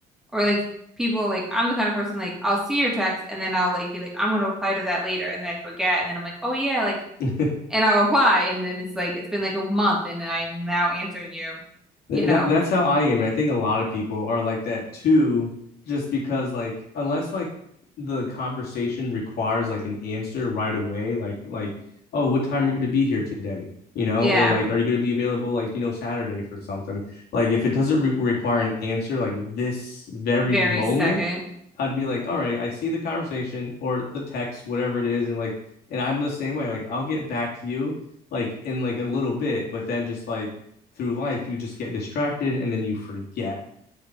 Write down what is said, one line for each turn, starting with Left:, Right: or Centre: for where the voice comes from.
Centre: or like people like I'm the kind of person like I'll see your text and then I'll like be like, I'm gonna reply to that later and then I forget and then I'm like, oh yeah, like
Left: <laughs>
Centre: and I'll reply and then it's like it's been like a month and I'm now answering you,
Left: Th-
Centre: you know.
Left: That that's how I am, and I think a lot of people are like that too, just because like unless like the conversation requires like an answer right away, like like oh, what time are you going to be here today? You know,
Centre: Yeah.
Left: or like are you going to be available like you know Saturday for something? Like if it doesn't re require an answer like this very
Centre: very
Left: moment,
Centre: second.
Left: I'd be like, all right, I see the conversation or the text, whatever it is, and like and I'm the same way. Like I'll get back to you like in like a little bit, but then just like through life you just get distracted and then you forget